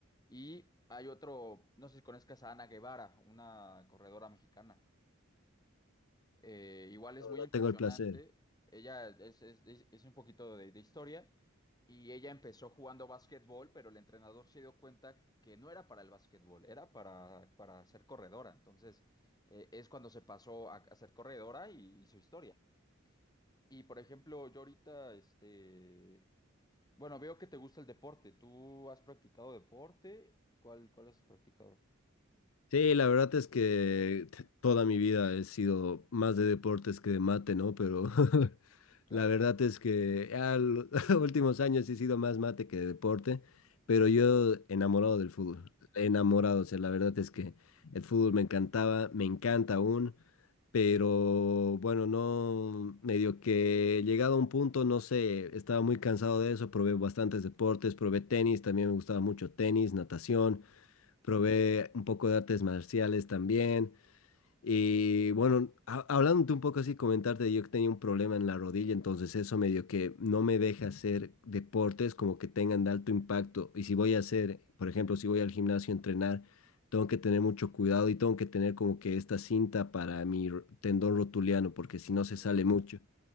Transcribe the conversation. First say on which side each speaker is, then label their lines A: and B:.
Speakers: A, on the left (about 20°); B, on the left (about 75°).
A: Y hay otro, no sé si conozcas a Ana Guevara, una corredora mexicana. Eh, igual es
B: No,
A: muy
B: no
A: impresionante.
B: tengo el placer.
A: Ella es, es- es un poquito de, de historia y ella empezó jugando básquetbol, pero el entrenador se dio cuenta que no era para el básquetbol, era para, para ser corredora. Entonces eh, es cuando se pasó a, a ser corredora y, y su historia. Y por ejemplo, yo ahorita, este, bueno, veo que te gusta el deporte. ¿Tú has practicado deporte? ¿Cuál, cuál has practicado?
B: Sí, la verdad es que t- toda mi vida he sido más de deportes que de mate, ¿no? Pero <laughs>
A: Claro.
B: la verdad es que a los <laughs> últimos años he sido más mate que de deporte, pero yo enamorado del fútbol, enamorado, o sea, la verdad es que el fútbol me encantaba, me encanta aún, pero bueno, no, medio que llegado a un punto, no sé, estaba muy cansado de eso, probé bastantes deportes, probé tenis, también me gustaba mucho tenis, natación
A: Ok.
B: probé un poco de artes marciales también. Y bueno, ha- hablándote un poco así, comentarte, yo que tenía un problema en la rodilla, entonces eso medio que no me deja hacer deportes como que tengan de alto impacto. Y si voy a hacer, por ejemplo, si voy al gimnasio a entrenar, tengo que tener mucho cuidado y tengo que tener como que esta cinta para mi ro- tendón rotuliano, porque si
A: Ok.
B: no se sale mucho.